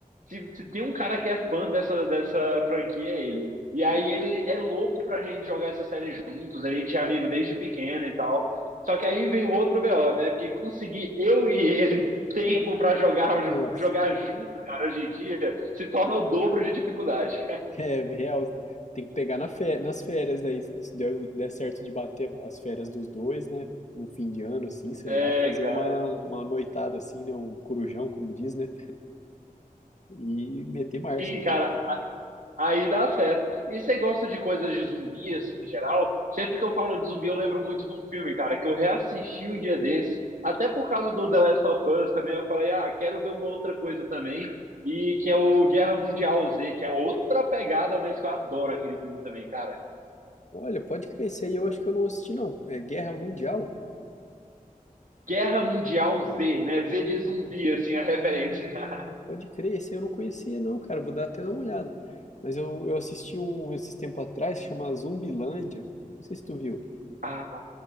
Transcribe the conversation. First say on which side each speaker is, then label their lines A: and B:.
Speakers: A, on the right; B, on the left.
A: se, se tem um cara que é fã dessa, dessa franquia, é ele. E aí ele é louco pra gente jogar essa série juntos, a gente é amigo desde pequeno e tal. Só que aí vem o outro BO, né? Porque conseguir eu e ele tempo pra jogar,
B: Nossa,
A: jogar junto, cara, hoje em dia, se torna o dobro de dificuldade.
B: <laughs> é real, tem que pegar na fé, nas férias daí, se deu, der certo de bater as férias dos dois, né? Num fim de ano assim, sei
A: É,
B: lá, fazer
A: cara.
B: uma, uma noitada assim, né, um corujão, como diz, né? E meter marcha.
A: Sim, cara. Aí dá certo. E você gosta de coisas de zumbi, assim, em geral? Sempre que eu falo de zumbi, eu lembro muito de um filme, cara, que eu reassisti um dia desse. Até por causa do The Last of Us também, eu falei, ah, quero ver uma outra coisa também. E que é o Guerra Mundial Z, que é outra pegada, mas que eu adoro aquele filme também, cara.
B: Olha, pode crescer aí, eu acho que eu não assisti não. É Guerra Mundial?
A: Guerra Mundial Z, né? Z de zumbi, assim, a referência.
B: Ah,
A: <laughs>
B: pode crer, esse aí eu não conhecia, não, cara. Vou dar até dar uma olhada. Mas eu, eu assisti um esses tempo atrás que chama Zumbilândia. Não sei se tu viu.
A: Ah,